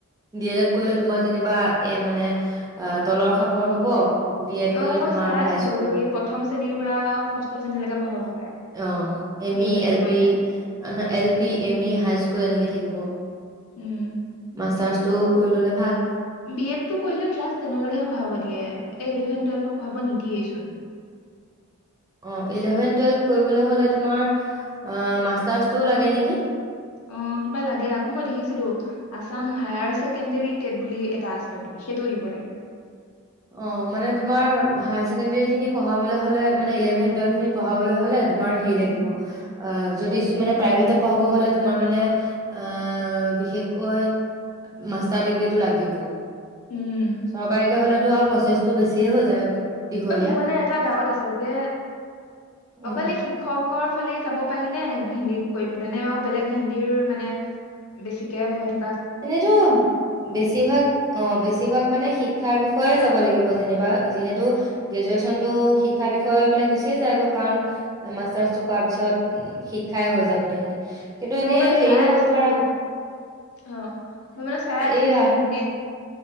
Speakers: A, on the right; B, on the left.
A: ডি এল এড কৰিলে তোমাৰ যেনিবা এ মানে তলৰ সাপৰ হব। বি এড
B: অ'
A: কৰিলে
B: মই
A: তোমাৰ
B: চাই আছিলো
A: হাই স্কুল
B: সেই প্ৰথম শ্ৰেণীৰ পৰা ষষ্ঠ শ্ৰেণীলৈকে পঢ়াব পাৰে।
A: অ এম
B: ডি
A: ই
B: এডটো
A: এল
B: কৰিলে
A: পি অ L P M E. High school এনেকে থাকিব।
B: উম
A: মাষ্টাৰছ। ত কৰি ললে ভাল।
B: বি এডটো কৰিলে ক্লাছ টেনলৈকেহে পঢ়াব দিয়ে এই ইলেভেন টুৱেলভক পঢ়াব নিদিয়েইচোন।
A: অ ইলেভেন টোৱেলভ কৰিবলে হলে তোমাৰ মাষ্টাৰছটো লাগে নেকি।
B: অ কিবা লাগে আকৌ মই দেখিছিলো আছাম। হায়াৰ ছেকেণ্ডেৰী টেট বুলি এটা আছে বোলে সেইটো দিব লাগে।
A: অ', মানে তোমাৰ হায়াৰ ছেকেণ্ডাৰী খিনি পঢ়াবলৈ হলে মানে ইলেভেন টুৱেলভ খিনি পঢ়াবলৈ হ'লে। তোমাৰ হেৰি লাগিব
B: উম
A: অ। যদি মানে প্ৰাইভেটত পঢ়াব হলে তোমাৰ মানে অ বিশেষকৈ মাষ্টাৰ ডিগ্ৰীটো লাগিবই।
B: উম,
A: চৰকাৰীকে হ'লে। প্ৰচেছটো বেছি হৈ। দীঘলীয়া
B: অ মোৰ মানে এটা ডাউত আছে যে
A: উম,
B: অকলে শিক্ষকৰ ফালে। চাব পাৰি নে হিন্দী কৰি পেলায় নে আৰু বেলেগ হিন্দীৰ মানে বেছিকে হৈ থাকে।
A: এনেতো বেছিভাগ অ বেছিভাগ মানে শিক্ষাৰ বিষয়ে যাব লাগিব যেনিবা। যিহেতু গ্ৰেজুৱেশ্যনতটো শিক্ষাৰ বিষয়ে মানে গুচিয়ে যায় কাৰণ। মাষ্টাৰছটো কৰাৰ পিছত। খাই হৈ যায় গোটেইখিনি। কিন্তু
B: মই
A: এনেই
B: মানে
A: হেৰি
B: চাই
A: কৰিব
B: আছিলো
A: পাৰা।
B: অ মই মানে চাই আছিলো
A: এইয়া
B: যে হিন্দীত।